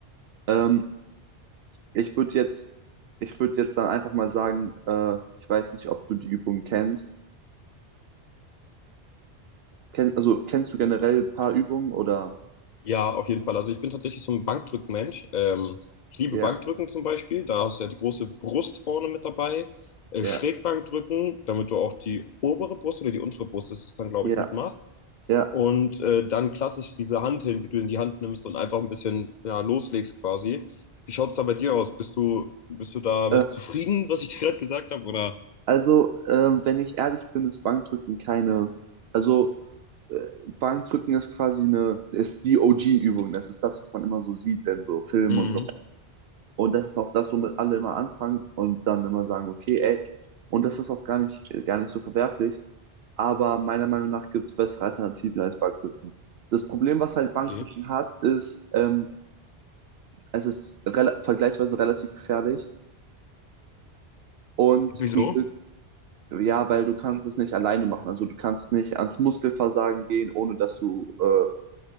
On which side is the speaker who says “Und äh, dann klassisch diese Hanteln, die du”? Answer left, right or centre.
Left